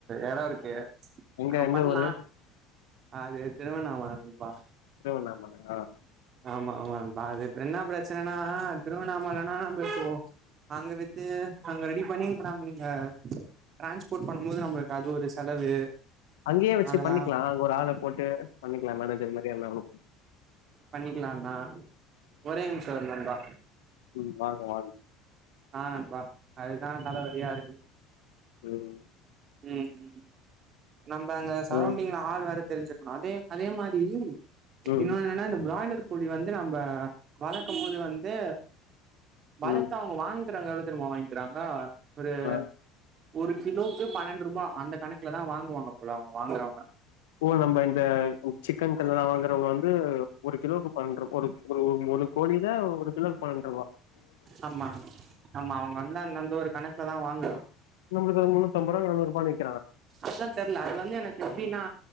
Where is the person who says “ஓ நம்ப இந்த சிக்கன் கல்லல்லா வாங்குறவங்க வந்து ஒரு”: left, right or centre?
Left